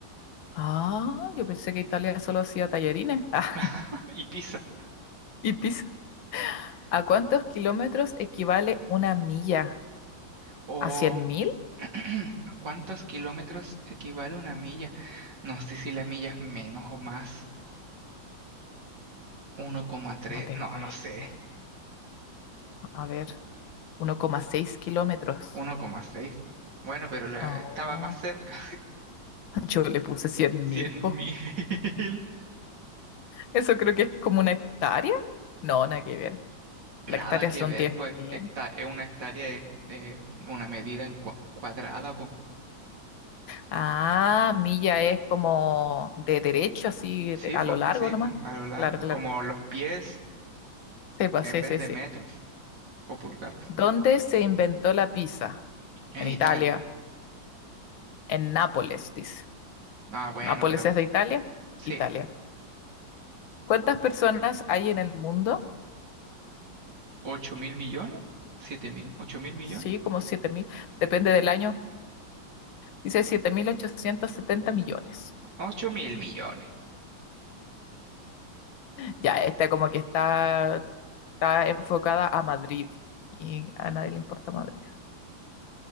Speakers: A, on the left; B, on the right.
A: Ah, yo pensé que Italia solo hacía tallarines. <laughs> Ah,
B: <laughs> Y Pisa.
A: y pizza. ¿A cuántos kilómetros equivale una milla?
B: O
A: ¿A cien mil?
B: <clears throat> ¿a cuántos kilómetros equivale una milla? No sé si la milla es menos o más. Uno coma tres,
A: No tengo
B: no,
A: idea.
B: no sé.
A: A ver. uno coma seis kilómetros.
B: Uno coma seis. Bueno, pero la,
A: Oh,
B: estaba más cerca.
A: <laughs> yo le puse
B: <laughs>
A: cien
B: Cien
A: mil, po.
B: mil. <laughs>
A: Eso creo que es como una hectárea. No, nada que ver. La
B: Nada
A: hectárea
B: que
A: son
B: ver,
A: diez
B: pues
A: mil.
B: hecta- eh, una hectárea es eh, una medida en cua- cuadrada,
A: Ah, milla es como de derecho, así
B: Sí,
A: de- a
B: po,
A: lo largo
B: sí,
A: nomás.
B: po, a lo largo.
A: Claro, claro.
B: Como los pies
A: Sepa,
B: en
A: sí,
B: vez
A: sí,
B: de
A: sí.
B: metros o pulgadas.
A: ¿Dónde se inventó la pizza?
B: En
A: En Italia.
B: Italia.
A: En Nápoles, dice.
B: Ah, bueno,
A: ¿Nápoles
B: pero
A: es de Italia?
B: sí.
A: Italia. ¿Cuántas personas hay en el mundo?
B: ¿Ocho mil millones? ¿Siete mil? ¿Ocho mil millones?
A: Sí, como siete mil. Depende del año. Dice 7.870 millones.
B: Ocho mil millones.
A: Ya, esta como que está, está enfocada a Madrid y a nadie le importa Madrid.